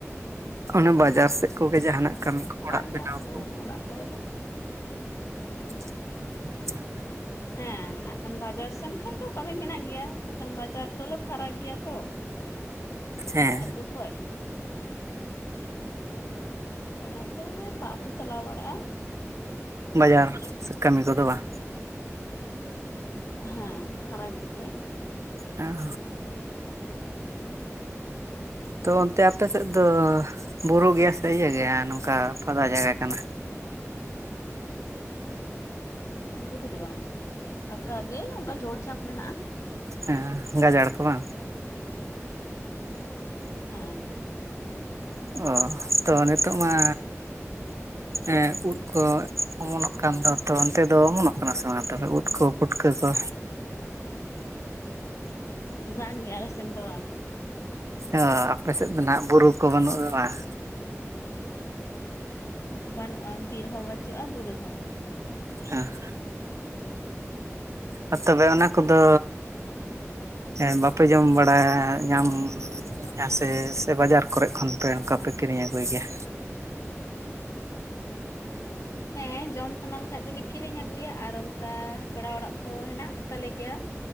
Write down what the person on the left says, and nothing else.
ᱵᱟᱝᱜᱮ
ᱟᱹᱛᱩ
ᱚᱲᱟᱜ ᱠᱚᱨᱮ ᱜᱮ᱾
ᱦᱮᱸ ᱮᱠᱷᱟᱱ ᱵᱟᱡᱟᱨ ᱥᱮᱱ ᱠᱷᱟᱱ ᱫᱚ ᱠᱟᱹᱢᱤ ᱢᱮᱱᱟᱜ ᱜᱮᱭᱟ ᱮᱠᱷᱟᱱ ᱵᱟᱡᱟᱨ ᱫᱚᱞᱮ ᱯᱷᱟᱨᱟᱠ ᱜᱮᱭᱟ ᱛᱚ᱾
ᱟᱛᱳ ᱠᱷᱚᱡ᱾ ᱚᱱᱟᱛᱮ ᱵᱟᱠᱚ ᱪᱟᱞᱟᱣ ᱵᱟᱲᱟᱜᱼᱟ᱾
ᱦᱮᱸ ᱯᱷᱟᱨᱟᱠ ᱜᱮᱛᱮ᱾
ᱵᱩᱨᱩ ᱫᱚ ᱵᱟᱝ, ᱯᱷᱟᱠᱟ ᱜᱮ ᱚᱱᱠᱟ ᱡᱷᱳᱲ ᱡᱟᱯ ᱢᱮᱱᱟᱜᱟ᱾
ᱦᱮᱸ᱾
ᱵᱟᱝ ᱜᱮ ᱟᱞᱮ ᱥᱮᱱ ᱫᱚ ᱵᱟᱝ᱾
ᱵᱟᱹᱱᱩᱜ-ᱟ, ᱵᱤᱨ ᱦᱚᱸ ᱵᱟᱹᱪᱩᱜ-ᱟ, ᱵᱩᱨᱩ ᱦᱚᱸ ᱵᱟᱹᱪᱩᱜ-ᱟ᱾
ᱦᱮᱸ ᱡᱚᱢ ᱥᱟᱱᱟ ᱞᱮᱠᱷᱟᱡ ᱫᱚᱞᱮ ᱠᱤᱨᱤᱧ ᱟᱹᱜᱩᱭᱟ᱾ ᱟᱨ ᱚᱱᱠᱟ ᱯᱮᱲᱟ ᱚᱲᱟᱜ ᱠᱚ ᱦᱮᱱᱟᱜ ᱛᱟᱞᱮ ᱜᱮᱭᱟ᱾